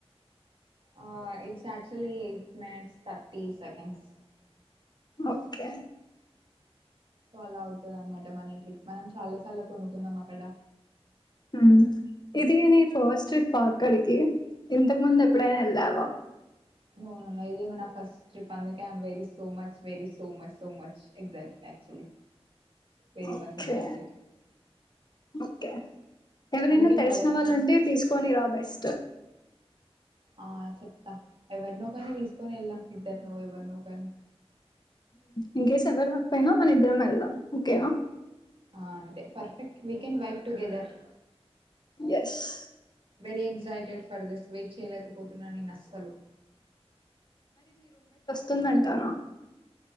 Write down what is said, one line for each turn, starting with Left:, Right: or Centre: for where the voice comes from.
Right: ఆ it's actually eight minutes thirty seconds
Left: okay
Right: so అలా అవుతది అన్నమాట మన ట్రిప్ మనం చాలాసేపు చాలా కొనుక్కుందాం అక్కడ
Left: హ్మ్ ఇది నీ ఫస్ట్ ట్రిప్ ఆ అక్కడికి ఇంతకు ముందు ఎప్పుడైనా వెళ్ళావా
Right: ఆ ఇదే మన ఫస్ట్ ట్రిప్ అందుకే very so much very so much so much excitement actually very
Left: okay
Right: much excited
Left: okay ఎవరైనా
Right: అందుకే నువ్వు
Left: తెలిసిన
Right: అడగంగానే
Left: వాళ్ళు ఉంటే తీసుకొని రా బెస్ట్
Right: ఆ చెప్తా ఎవరినో ఒకరిని తీసుకొని వెళ్దాం ఇద్దర్నో ఎవరినో ఒకరిని
Left: ఇన్ కేస్ ఎవరు రాకపోయినా మన ఇద్దరం వెళ్దాం ఓకేనా
Right: అంతే perfect we can vibe together
Left: yes
Right: very excited for this wait చేయలేక పోతున్నా నేనస్సలు
Left: తుందంటారా